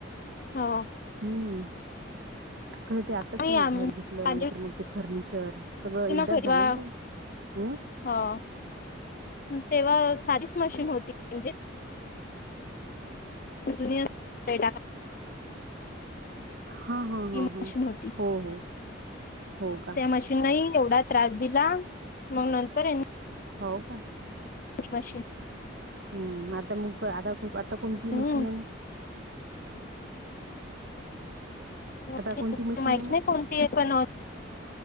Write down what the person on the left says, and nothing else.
हो.
नाही
आम्ही
आली
होती
ना घरी तेव्हा
हो तेव्हा सादिच मशीन होती म्हणजे <unintelligible>
ती
मशीन
होती
त्या मशीनही एवढा त्रास दिला. मग नंतर ह्या
मशीन
हम्म
<unintelligible>
माहित
नाइ कोणतीय पण